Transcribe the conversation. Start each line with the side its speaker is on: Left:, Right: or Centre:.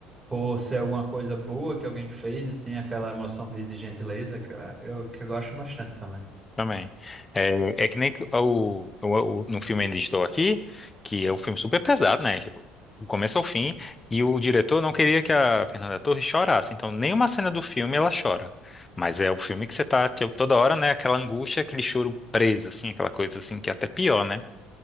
Right: por ser alguma coisa boa que alguém fez, assim, aquela emoção de, de gentileza, que eu, que eu gosto bastante também.
Left: Também. É, é que nem o, o, o- no filme Ainda Estou Aqui, que é um filme super pesado, né? Tipo, Do começo ao fim. E o diretor não queria que a Fernanda Torres chorasse. Então, nenhuma cena do filme ela chora. Mas é o filme que você tá tipo, toda hora, né? Aquela angústia, aquele choro preso, assim, aquela coisa assim, que é até pior, né?